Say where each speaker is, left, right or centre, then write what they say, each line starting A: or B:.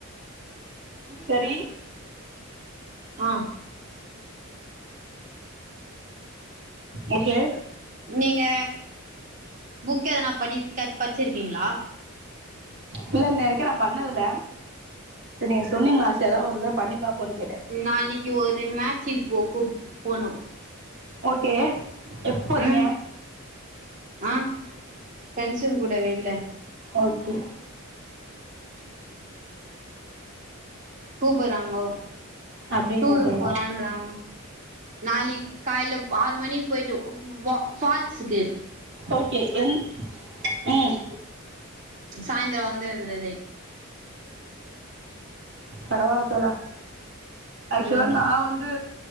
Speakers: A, on the right; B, on the right.
A: சரி
B: ஆ
A: ஓகே
B: நீங்க புக் எதனா படிக் கத் பச்சிருக்கீங்ளா
A: இல்ல இன்ன வரைக்கு நா பண்ணதுல்ல சரி நீங்க சொன்னீங்ளா ஆசையாதா ஒரு தடவ பண்ணிபாப்போன்னு கேட்ட
B: நாளைக்கி ஒரு மேட்ச் இப்போ கூட்னுபோணு
A: ஓக்கே எப் போறீங்க
B: ம் ஆ ஃப்ரெண்ட்ஸ்சுங் கூட வெள்ல
A: ஓக்கே
B: கூப்பட்றாங்கோ
A: அப்டிங்களா
B: டூருக்கு
A: தோழா
B: போலான்றா நாளிக் காலைல ஆறு மணிக்கு போயிட்டு ஓ ஃபால்ஸ்சுக்கு
A: ஓக்கே எந் ம்
B: சாய்ந்தரம் வந்து எது எது
A: பரவால்ல தோழா ஆக்சுவலா
B: ம்
A: நா வந்து